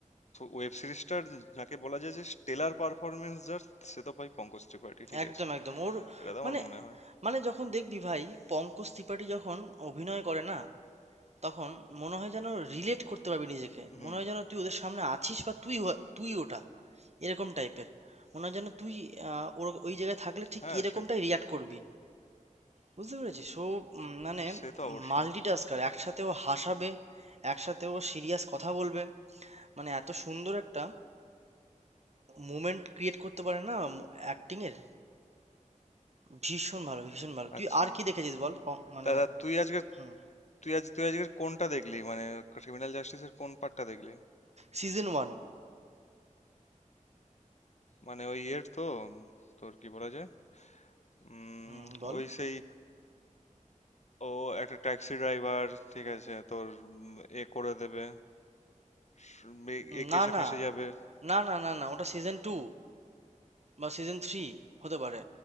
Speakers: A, on the left; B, on the right.
A: ওয়েব সিরিজটার যাকে বলা যায় যে স্টেলার পারফরমেন্স যার সে তো ভাই পঙ্কজ ত্রিপাঠী ঠিক
B: একদম
A: আছে
B: একদম ওর
A: এটা তো আমার
B: মানে
A: মনে হয়
B: মানে যখন দেখবি ভাই পঙ্কজ ত্রিপাঠী যখন অভিনয় করে না তখন মনে হয় যেন রিলেট করতে পারবি নিজেকে
A: হুম
B: মনে হয় যেন তুই ওদের সামনে আছিস বা তুই হ- তুই ওটা এরকম টাইপের মনে হয় যেন তুই আহ, ওর- ওই জায়গায় থাকলে ঠিক
A: হ্যাঁ
B: এরকমটাই
A: সে
B: রিয়াক্ট করবি বুঝতে পেরেছিস সো মানে
A: সে তো অবশ্যই
B: মাল্টিটাস্কার একসাথে ও হাসাবে একসাথে ও সিরিয়াস কথা বলবে মানে এত সুন্দর একটা মুমেন্ট ক্রিয়েট করতে পারে না অ্যাক্টিং এর ভীষণ ভালো ভীষণ ভালো তুই
A: আচ্ছা
B: আর কি দেখেছিস বল প- মানে
A: দাদা তুই আজকে
B: হুম
A: তুই আজ তুই আজকে কোনটা দেখলি মানে ক্রিমিনাল জাস্টিসের কোন পার্টটা দেখলি
B: Season one
A: মানে ওই ইয়ের তো উম, তোর কি বলা যায় উম
B: হুম বল
A: ওই সেই ও একটা ট্যাক্সি ড্রাইভার ঠিক আছে তোর উম, এ করে দেবে স- এ- একে
B: না
A: এসে
B: না
A: ফেঁসে যাবে
B: না না না না ওটা সিজন টু বা সিজন থ্রি হতে পারে